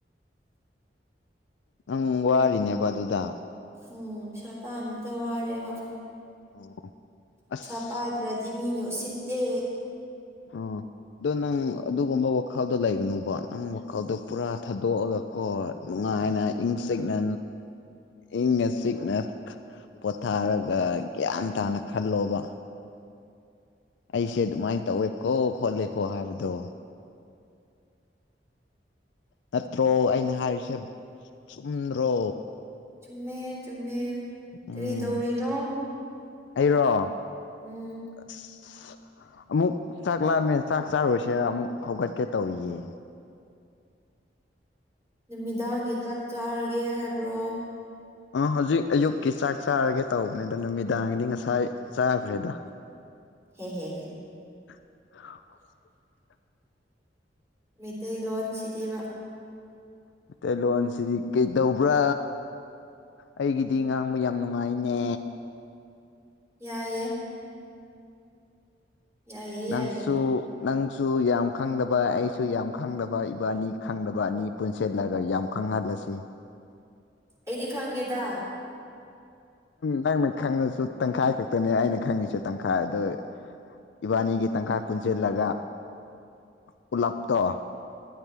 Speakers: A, on the left (about 80°); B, on the right (about 15°).
A: ꯅꯪ ꯋꯥꯔꯤꯅꯦꯕ ꯑꯗꯨꯗ
B: ꯎꯝ ꯄꯩꯁꯥ ꯇꯥꯟꯕꯗ ꯋꯥꯔꯦꯕ
A: ꯑꯣ ꯑꯁ
B: ꯄꯩꯁꯥ ꯄꯥꯏꯗ꯭ꯔꯗꯤ ꯃꯤꯅ ꯎꯁꯤꯠꯇꯦ
A: ꯑꯣ ꯑꯗꯣ ꯅꯪ ꯑꯗꯨꯒꯨꯝꯕ ꯋꯥꯈꯜꯗꯣ ꯂꯩꯒꯅꯨꯕ ꯅꯪ ꯋꯥꯈꯜꯗꯣ ꯄꯨꯔꯥ ꯊꯥꯗꯣꯛꯑꯒ ꯀꯣ ꯅꯨꯡꯉꯥꯏꯅ ꯏꯪꯅ ꯆꯤꯛꯅ ꯏꯪꯅ ꯆꯤꯛꯅ ꯄꯣꯊꯥꯔꯒ ꯒ꯭ꯌꯥꯟ ꯇꯥꯅ ꯈꯜꯂꯣꯕ ꯑꯩꯁꯦ ꯑꯗꯨꯃꯥꯏꯅ ꯇꯧꯋꯦꯀꯣ ꯈꯣꯠꯂꯦꯀꯣ ꯍꯥꯏꯕꯗꯣ ꯅꯠꯇ꯭ꯔꯣ ꯑꯩꯅ ꯍꯥꯏꯔꯤꯁꯦ ꯆꯨꯝꯗ꯭ꯔꯣ
B: ꯆꯨꯝꯃꯦ ꯆꯨꯝꯃꯦ
A: ꯎꯝ
B: ꯀꯔꯤ ꯇꯧꯔꯤꯅꯣ
A: ꯑꯩꯔꯣ
B: ꯎꯝ
A: ꯑꯁ ꯑꯃꯨꯛ ꯆꯥꯛ ꯂꯥꯑꯝꯃꯦ ꯆꯥꯛ ꯆꯥꯔꯨꯁꯦꯔ ꯑꯃꯨꯛ ꯍꯧꯒꯠꯀꯦ ꯇꯧꯔꯤꯌꯦ
B: ꯅꯨꯃꯤꯗꯥꯡꯒꯤ ꯇ꯭ꯔꯛ ꯆꯥꯔꯒꯦ ꯍꯥꯏꯕ꯭ꯔꯣ
A: ꯑ ꯍꯧꯖꯤꯛ ꯑꯌꯨꯛꯀꯤ ꯆꯥꯛ ꯆꯥꯔꯒꯦ ꯇꯧꯕꯅꯦ ꯑꯗꯣ ꯅꯨꯃꯤꯗꯥꯡꯒꯤꯗꯤ ꯉꯁꯥꯏ ꯆꯈ꯭ꯔꯦꯗ
B: ꯍꯦ ꯍꯦ ꯍꯦ
A: <unintelligible>
B: ꯃꯤꯇꯩꯩꯂꯣꯟ ꯁꯤꯗꯤꯕ
A: ꯃꯩꯇꯩꯂꯣꯟꯣꯟꯁꯤꯗꯤ ꯀꯩꯗꯧꯕ꯭ꯔꯥ ꯑꯩꯒꯤꯗꯤ ꯉꯥꯡꯕ ꯌꯥꯝ ꯅꯨꯡꯉꯥꯏꯅꯦ
B: ꯌꯥꯏꯌꯦ ꯌꯥꯏꯌꯦ
A: ꯅꯪꯁꯨ
B: ꯌꯥꯏꯌꯦ
A: ꯅꯪꯁꯨ ꯌꯥꯝ ꯈꯪꯗꯕ ꯑꯩꯁꯨ ꯌꯥꯝ ꯈꯪꯗꯕ ꯏꯕꯥꯅꯤ ꯈꯪꯗꯕ ꯑꯅꯤ ꯄꯨꯟꯁꯤꯜꯂꯒ ꯌꯥꯝ ꯐꯪꯍꯜꯂꯁꯤ
B: ꯑꯩꯗꯤ ꯈꯪꯉꯦꯗ
A: ꯅꯪꯅ ꯈꯪꯉꯁꯨ ꯇꯪꯈꯥꯏ ꯈꯛꯇꯅꯦ ꯑꯩꯅ ꯈꯪꯉꯤꯁꯨ ꯇꯪꯈꯥꯏ ꯑꯗꯨ ꯏꯕꯥ ꯟꯅꯤꯒꯤ ꯇꯪꯈꯥꯏ ꯄꯨꯟꯁꯤꯜꯂꯒ ꯄꯨꯂꯞꯇꯣ